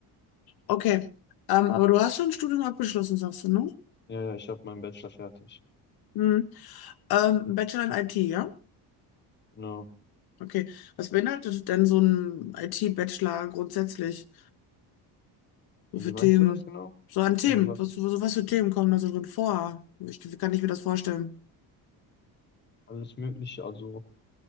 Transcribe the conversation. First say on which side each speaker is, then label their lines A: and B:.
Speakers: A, on the left; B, on the left.
A: Okay. Ähm, aber du hast schon ein Studium abgeschlossen, sagst du, ne?
B: Ja, ja, ich habe meinen Bachelor fertig.
A: Hm. Ähm, Bachelor in IT, ja?
B: Genau.
A: Okay. Was beinhaltet denn so ein IT-Bachelor grundsätzlich? So
B: Und
A: für
B: Wie meinst
A: Themen,
B: du das genau?
A: so an Themen.
B: Also was?
A: Was, was was für Themen kommen da so drin vor? Ich, wie kann ich mir das vorstellen?
B: Alles Mögliche, also